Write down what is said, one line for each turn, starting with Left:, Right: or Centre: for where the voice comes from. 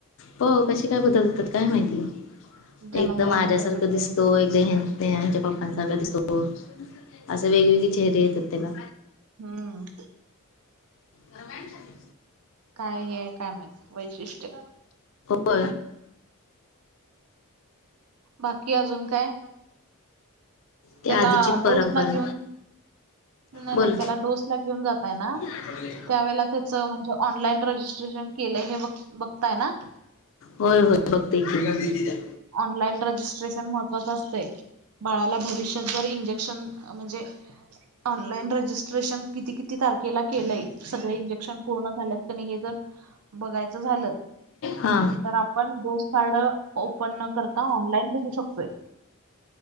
Left: हो कशी काय बदलतात काय माहिती,
Right: जन्मल्यानंतर
Left: एकदम माझ्यासारखं
Right: वेगळं
Left: दिसतो. एकदा हे ते आमच्या पाप्पांसारखा दिसतो, असे वेगवेगळे चेहरे येतात त्याला.
Right: हम्म
Left: तरमॅ आहे.
Right: काय हे काय माहत वैशिष्ट्य.
Left: हो
Right: बाकी अजून काय
Left: ते
Right: त्याला
Left: आधीची परंपरा
Right: डोसला घेऊन नाही
Left: बोल
Right: नाही, त्याला डोस ला घेऊन जातय ना.
Left: होय
Right: त्यावे त्याच म्हणजे ऑनलाईन, रजिस्ट्रेशन केलं हे बघताय ना.
Left: होय होय फघतील.
Right: ऑनलाईन रजिस्ट्रेशन महत्त्वाचं असते. बाळाला भविष्यात जर इंजेक्शन, म्हणजे ऑनलाईन रजिस्ट्रेशन. किती किती तारखेला केलंय सगळे इंजेक्शन, पूर्ण झाल्यात क नाही हे जर बघायचं. झा
Left: हा
Right: तर आपणोस झाड. आप न करता ऑनलाईन बघू शकतोय.